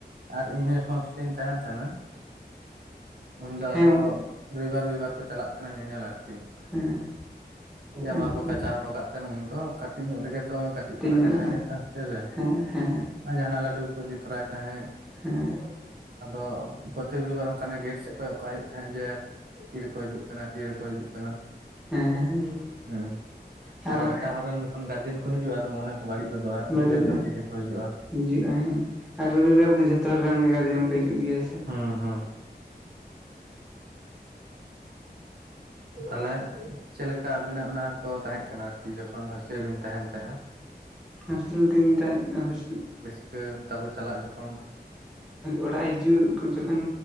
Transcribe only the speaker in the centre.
ᱦᱮᱸ
ᱜᱚᱝᱠᱮ
ᱦᱮᱸ
ᱟᱪᱪᱷᱟ
ᱧᱚᱜ
ᱨᱮ
ᱦᱮᱸ ᱦᱮᱸ
ᱦᱮᱸ
<unintelligible>
ᱟᱨ
ᱵᱟᱹᱲᱤᱡᱚᱜᱼᱟ
ᱦᱤᱡᱩᱜᱼᱟ ᱦᱮᱸ ᱟᱨ ᱨᱚᱵᱤᱵᱟᱨ ᱫᱚ ᱡᱷᱚᱛᱚ ᱦᱚᱲ ᱨᱮᱱ ᱜᱟᱨᱡᱮᱱ ᱠᱚ ᱦᱤᱡᱩᱜ ᱜᱮᱭᱟ ᱥᱮ᱾
ᱦᱳᱥᱴᱮᱞ ᱛᱤᱧ <unintelligible>
ᱚᱲᱟᱜ ᱦᱤᱡᱩᱜ ᱡᱚᱠᱷᱚᱱ